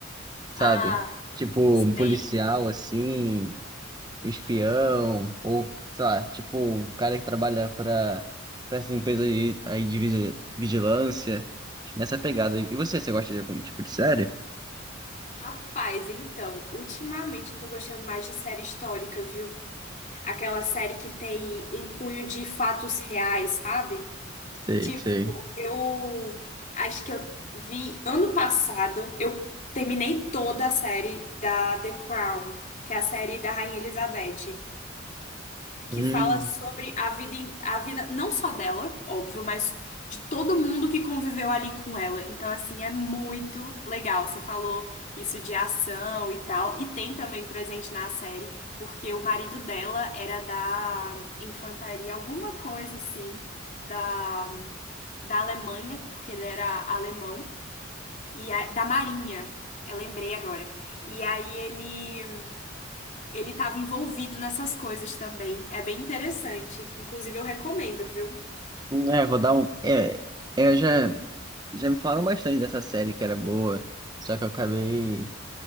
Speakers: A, on the right; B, on the left.
A: sabe?
B: Ah,
A: Tipo,
B: sei.
A: um policial assim, um espião, ou, sei lá, tipo, um cara que trabalha pra, pra essa empresa aí aí de vigi- vigilância. Nessa pegada. E você, você gosta de algum tipo de série?
B: Rapaz, então, ultimamente eu tô gostando mais de série histórica, viu? Aquela série que tem um cunho de fatos reais, sabe?
A: Sei,
B: Tipo,
A: sei.
B: eu acho que eu vi ano passado, eu terminei toda a série da The Crown, que é a série da Rainha Elizabeth que
A: Hum,
B: fala sobre a vida, a vida não só dela, óbvio, mas de todo mundo que conviveu ali com ela. Então, assim, é muito legal. Você falou isso de ação e tal, e tem também presente na série, porque o marido dela era da infantaria, alguma coisa assim, da, da Alemanha, porque ele era alemão, e a- da Marinha. Eu lembrei agora. E aí ele ele estava envolvido nessas coisas também. É bem interessante. Inclusive, eu recomendo, viu?
A: é, vou dar um. É, eu já, já me falaram bastante dessa série que era boa, só que eu acabei.